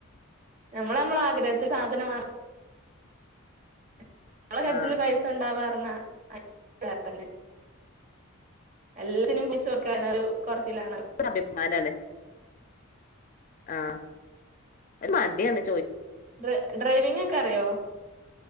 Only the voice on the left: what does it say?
ആഹ്
അഭിമാനാണ് ആഹ് ഒരു മടിയാണ് ചോദ്